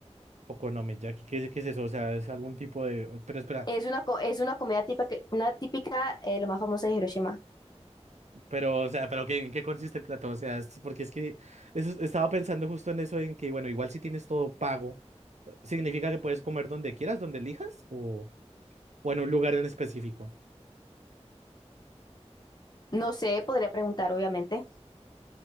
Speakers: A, on the right; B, on the left.
A: Okonomiyaki, ¿qué es, qué es eso? O sea, es algún tipo de... Pero espera.
B: Es una, co- es una comida típica, una típica, eh, la más famosa de Hiroshima.
A: Pero, o sea, pero ¿qué, en qué consiste el plato? O sea, es porque es que eso- estaba pensando justo en eso, en que, bueno, igual si tienes todo pago, ¿significa que puedes comer donde quieras, donde elijas? ¿O, o en un lugar en específico?
B: No sé, podría preguntar obviamente,